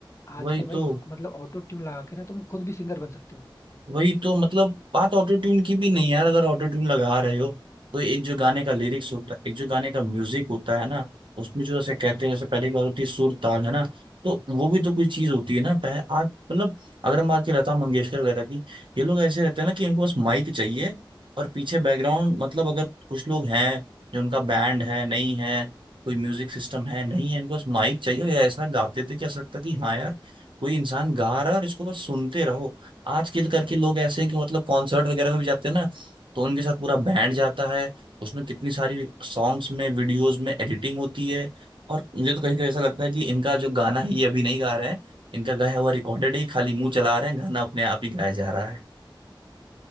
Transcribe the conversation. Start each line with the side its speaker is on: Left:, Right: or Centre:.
Left: आजकल
Right: वही
Left: भाई
Right: तो
Left: मतलब ऑटो ट्यून लगा के ना तुम खुद भी सिंगर बन सकते हो
Right: वही तो मतलब बात ऑटो ट्यून की भी नहीं यार अगर ऑटो ट्यून लगा रहे हो तो एक जो गाने का लिरिक्स होता है एक जो गाने का म्यूजिक होता है ना उसमें जो जैसे कहते हैं जैसे पहले की बात होती है सुर ताल है ना तो वो भी तो कोई चीज होती है ना पह, आज मतलब अगर हम बात की लता मंगेशकर वगैरह की ये लोग ऐसे रहते हैं ना कि इनको बस माइक चाहिए और पीछे बैकग्राउंड मतलब अगर कुछ लोग हैं जो उनका बैंड है नहीं है कोई म्यूजिक सिस्टम है नहीं है इनको बस माइक चाहिए या ऐसा गाते थे कि ऐसा लगता कि हाँ यार कोई इंसान गा रहा है और इसको बस सुनते रहो आजकल करके लोग ऐसे हैं कि मतलब कॉन्सर्ट वगैरह में भी जाते हैं ना तो उनके साथ पूरा बैंड जाता है उसमें कितनी सारी सॉन्ग्स में वीडियोस में एडिटिंग होती है और मुझे तो कहीं कहीं ऐसा लगता है कि इनका जो गाना है ये अभी नहीं गा रहे हैं इनका गाया हुआ रिकॉर्डेड ही खाली मुंह चला रहे हैं गाना अपने आप ही गाया जा रहा है